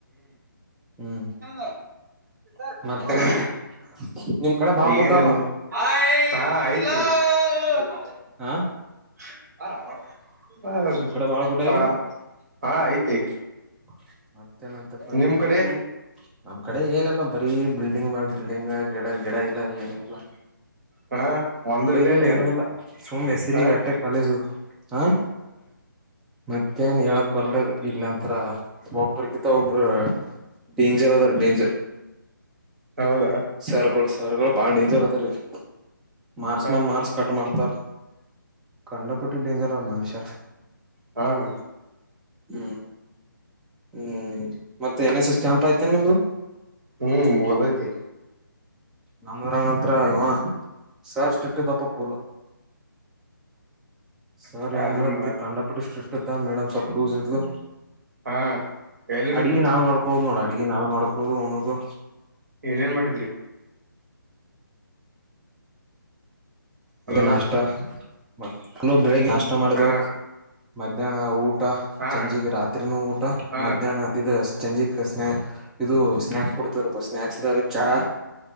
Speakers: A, in the centre; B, on the right.
A: ಹ್ಮ್
B: ಸರ್
A: ಮತ್ತೇನಂತೆ ನಿಮ್ ಕಡೆ ಬಾಳ ಗುಡ್ಡ ಅಲ್ಲ
B: ಏನಲ್ಯ
A: ಹಾ
B: ಹ
A: ನಿಮ್ ಕಡೆ ಬಾಳ ಗುಡ್ಡ
B: ಹಾ
A: ಇಲ್ಲ
B: ಹಾ ಐತಿ
A: ಹ ಮತ್ತೇನಂತಪ್ಪ
B: ನಿಮ್
A: ಏನ
B: ಕಡೆ
A: ನಮ್ ಕಡೆ ಏನ ಲ್ಲ ಬರಿೀ ಬಿಲ್ಡಿಂಗ್ ಮ ಬಿಲ್ಡಿಂಗ್ ಗಿಡ ಗಿಡ ಇಲ್ಲ ಏನ ಇಲ್ಲ
B: ಹಾ ಒಂದು
A: ಉಪ್ಪಿಗೆಲ್ಲ
B: ಇಲ್ಲ ಇಲ್ಲ ಏನ್
A: ಏನು ಇಿಲ್ಲ ಸುಮ್ ಹೆಸರಿ
B: ಹಾ
A: ಗಟ್ಟೆ ಕಾಲೇಜು ಹಾ ಮತ್ತೆನ್ ಹೇಳಕ್ ಬರ್ಲ ಇಲ್ಲ ಅಂತ ಹತ್ರ ಒಬ್ರುಗಿಂತ ಒಬ್ರು ಡೇಂಜರ್ ಅದರ ಡೇಂಜರ್
B: ಹೌದು
A: ಸರ್ ಸರ್ಗಳು ಬಾಳ ಡೇಂಜರ್ ಅದರಿಲ್ಲಿ ಮಾರ್ಸ್
B: ಹಾ
A: ಮೇಲ್ ಮಾರ್ಸ್ ಕಟ್ ಮಾಡ್ತಾರ ಕಂಡ ಪುಟ್ಟ ಡೇಂಜರ್ ಮನುಷ್ಯರ್
B: ಹ್ಮ
A: ಹ್ಮ್ ಹ್ಮ್ ಮತ್ತೆ ಎನ್ ಎಸ್ ಎಸ್ ಕ್ಯಾಂಪಪ್ ಆಯ್ತೇನ್ ನಿಮ್ದು
B: ಹ್ಮ ಮೂಗದೈತಿ
A: ನಮೂರಗ ಹತ್ರ ಇವಾ ಸರ್ಸ್ಟ್ರಿಕ್ಟ್ ಇದ್ದ ಪೂಲ ಸರ್
B: ಯಾರ್
A: ಏನ್
B: ನಿಮ್
A: ಹೇಳತ್ತತಿ ಕಂಡಪುಡಿ ಸ್ಟ್ರಿಕ್ಟ್ ಇದ್ದ ಮೇಡಮ್ ಸ್ವಲ್ಪ್ ಲೂಸ್ ಇದ್ಲು
B: ಹಾ ಎಲ್ಲಿಗಿದ್ರಿ
A: ಅಡಗೆ ನಾವ್ ಮಾಡ್ಕೊಳ್ಳುದು ನೋಣ ಅಡಗೆ ನಾವ್ ಮಾಡ್ಕೊಳ್ಳೋದು ನೋ ಅದು
B: ಏನೇನ್ ಮಾಡಿದ್ರಿ ಹಲೋ
A: ನಾಷ್ಟ ಮತ ಬೆಳಿಗ್ಗೆ ನಾಷ್ಟ ಮಾಡಿದೆವು
B: ಹಾ
A: ಮಧ್ಯಾಹ್ನ ಊಟ
B: ಹಾ
A: ಚಂಜಿಗಿ ರಾತ್ರಿನೂ ಊಟ
B: ಹಾ
A: ಮಧ್ಯಾಹ್ನ ಇದು ಚಂಜಿಕ್ ಸ್ನಾಕ್ಸ್ ಇದು ಸ್ನಾಕ್ಸ್ ಸ್ಕೊಡ್ತರಪ್ಪ ಸ್ನಾಕ್ಸ್ದಾಗ ಚಾ